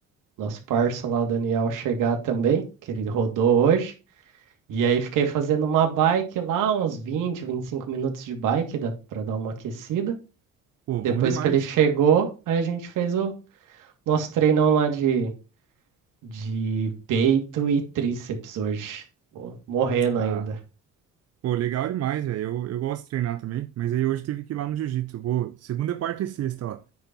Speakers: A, on the right (about 70°); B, on the right (about 50°).
A: nosso parça lá, o Daniel, chegar também, que ele rodou hoje. E aí fiquei fazendo uma bike lá, uns vinte vinte e cinco minutos de bike dá para dar uma aquecida.
B: Pô,
A: Depois
B: bom demais.
A: que ele chegou, aí a gente fez o nosso treinão lá de, de peito e tríceps hoje. Pô, morrendo
B: Ah,
A: ainda.
B: pô, legal demais, velho. Eu, eu gosto de treinar também, mas aí hoje tive que ir lá no jiu-jitsu. Eu Vou segunda, quarta e sexta, ó.